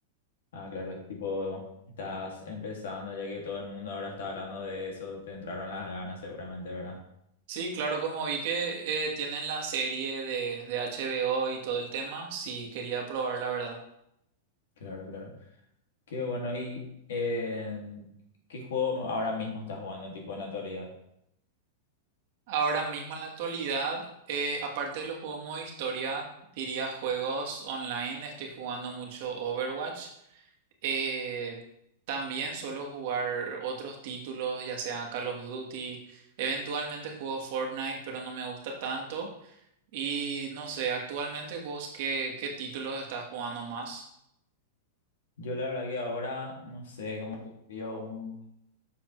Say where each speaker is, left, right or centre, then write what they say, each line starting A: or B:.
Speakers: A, on the left; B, on the right.
A: Ah, claro, es tipo, estás empezando, ya que todo el mundo ahora está hablando de eso, te entraron las ganas seguramente, ¿verdad?
B: Sí, claro, como vi que eh, tienen la serie de, de HBO y todo el tema, sí quería probar la verdad.
A: Claro, claro. Qué bueno, ¿y eh, qué juego ahora mismo estás jugando, tipo, en la actualidad?
B: Ahora mismo en la actualidad, eh, aparte de los juegos modo historia, diría juegos online, estoy jugando mucho Overwatch. Eh, también suelo jugar otros títulos, ya sea Call of Duty. Eventualmente juego Fortnite, pero no me gusta tanto. Y no sé, actualmente vos qué, qué títulos estás jugando más?
A: Yo la verdad que ahora, no sé, como que veo un